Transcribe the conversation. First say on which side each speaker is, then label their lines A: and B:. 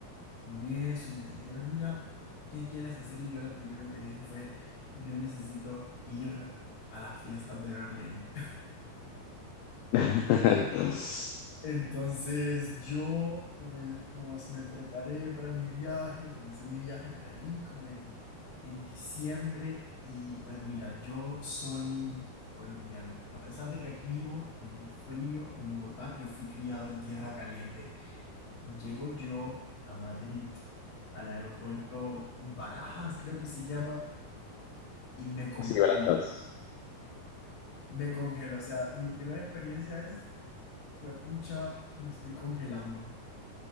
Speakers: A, on the left (about 50°); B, on the left (about 85°).
A: con eso y me dijeron, mira, ¿qué quieres hacer? Y yo lo primero que dije fue, yo necesito ir a las fiestas de Berlín.
B: <laughs>
A: Entonces yo, como, como me preparé para mi viaje, comencé mi viaje por ahí, como en, en diciembre, y pues mira, yo soy colombiano. A pesar de que aquí vivo en el frío, en Bogotá, yo fui criado en tierra caliente. Y Llego yo a Madrid, al aeropuerto Barajas, creo que se llama, y me congelo.
B: Sí, barajas.
A: Me congelo, o sea, mi primera experiencia es, pucha, me estoy congelando.